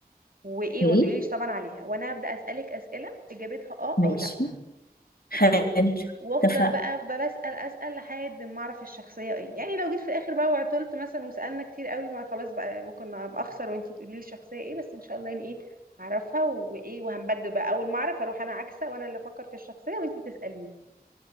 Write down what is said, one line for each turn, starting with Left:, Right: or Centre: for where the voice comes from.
Right: وايه
Left: اوكي
Right: وما تقوليليش طبعا عليها وانا هبدا اسالك اسئله اجابتها اه
Left: ماشي
Right: او لا
Left: حلو
Right: اوكي وافضل
Left: اتفقنا
Right: بقى افضل اسال اسال لحد ما اعرف الشخصيه ايه يعني لو جيت في الاخر بقى وعطلت مثلا وسالنا كتير قوي ما خلاص بقى ممكن ابقى اخسر وانتي تقولي لي الشخصيه ايه بس ان شاء الله يعني ايه هعرفها وايه وهنبدل بقى اول ما اعرف اروح انا عكسه وانا اللي افكر في الشخصيه وانتي تساليني